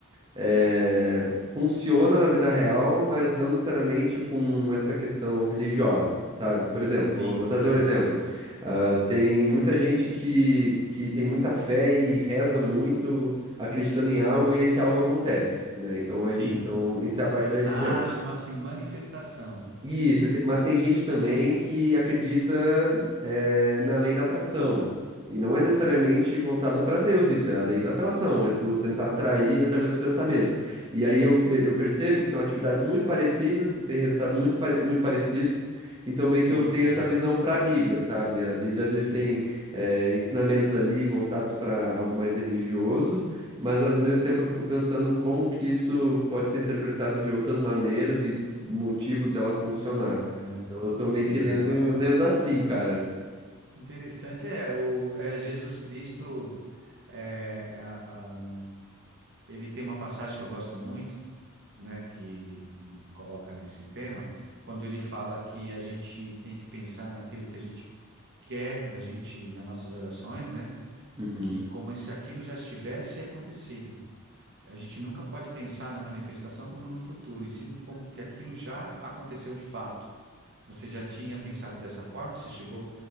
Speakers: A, on the right (about 20°); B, on the right (about 50°).
A: é, funciona na vida real, mas não necessariamente com essa questão religiosa, sabe? Por exemplo,
B: Sim,
A: vou, vou
B: sim.
A: trazer um exemplo. Ah, tem muita gente que, que tem muita fé e reza muito acreditando em algo e esse algo acontece, né? Então,
B: Sim.
A: a gen- então isso é a parte da religião.
B: Ah, chama-se manifestação.
A: Isso, te- mas tem gente também que acredita, eh, na lei da atração. E não é necessariamente voltado para Deus isso, é a lei da atração, é tu tentar atrair através dos pensamentos. E aí eu, ve- eu percebo que são atividades muito parecidas, que têm resultado muito, pare- muito parecidos. Então meio que
B: Sim,
A: eu tenho
B: sim,
A: essa visão para a Bíblia, sabe? A Bíblia
B: sim.
A: às vezes tem, eh, ensinamentos ali voltados para algo mais religioso. Mas ao mesmo tempo eu fico pensando como que isso pode ser interpretado de outras maneiras e motivos dela funcionar.
B: Ah,
A: Então eu tô
B: entendo.
A: meio que lendo,
B: Olha,
A: lendo assim, cara.
B: que interessante. É, o é, Jesus Cristo, é, a- a- ele tem uma passagem que eu gosto muito, né, que em- coloca nesse tema, quando ele fala que a gente tem que pensar naquilo que a gente quer da gente nas nossas orações, né,
A: Uhum,
B: que como se aquilo já estivesse acontecido. A gente nunca pode pensar na manifestação como no futuro, e sim como que aquilo já aconteceu de fato. Você já tinha pensado dessa forma? Você chegou,